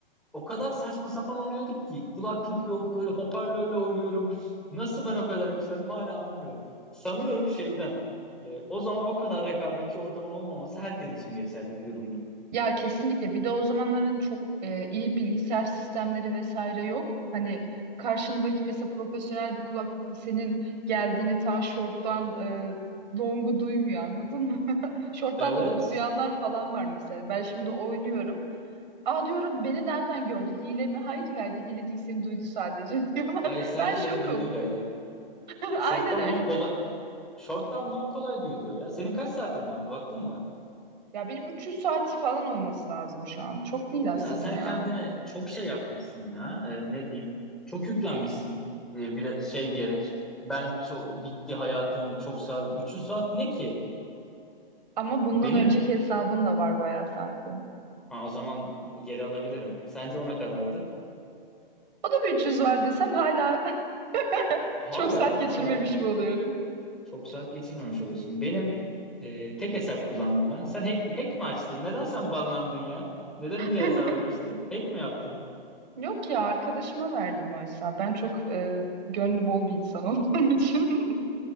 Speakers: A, in the centre; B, on the right (about 50°).
A: O kadar saçma sapan oynuyorduk ki. Kulaklık yok böyle hoparlörle oynuyorum. Nasıl ben o kadar yükseldim hala anlamıyorum. Sanıyorum şeyden. e, o zaman o kadar rekabetçi ortamın olmaması herkes için geçerli bir durumdu.
B: Ya kesinlikle. Bir de o zamanların çok e, iyi bilgisayar sistemleri vesaire yok. Hani karşındaki mesela profesyonel bir kulaklıkla senin geldiğini ta şorttan e, longu duymuyor anladın mı? <laughs> Şorttan
A: Evet.
B: longu duyanlar falan var mesela. Ben şimdi oynuyorum. Aa diyorum beni nereden gördü? Hile mi? Hayır İlayda hile değil seni duydu sadece <laughs> diyorlar.
A: Hayır sadece
B: Ben şokum.
A: seni duyduğuylaydı.
B: <laughs> Aynen
A: Short'tan
B: öyle.
A: long kolay. Short'tan long kolay duyuluyor ya. Senin kaç saatin var? Baktın mı?
B: Ya benim 300 saat falan olması lazım şu an. Çok değil
A: Ya
B: aslında
A: sen
B: ya.
A: kendine çok şey yapmışsın ya. Ee, ne diyeyim? Çok yüklenmişsin ee, bir şey diyerek. Ben çok bitti hayatım, çok sardım. 300 saat ne ki?
B: Ama bundan
A: Benim
B: önceki hesabın da var bayağı saati.
A: Aa, o zaman geri alabilirim. Sence ona kadardı?
B: O da bir 300 var desem hala <laughs>
A: Hala,
B: çok saat geçirmemiş
A: hala
B: mi oluyorum?
A: çok saat geçirmemiş oluyorsun. Benim e, tek hesap kullandım ben. Sen hack, hack mi açtın? Neden sen banlandın ya? Neden diğer
B: <laughs>
A: hesaba geçtin? Hack mi yaptın?
B: Yok ya arkadaşıma verdim oysa. Ben çok e, gönlü bol bir insan <laughs> olduğum için.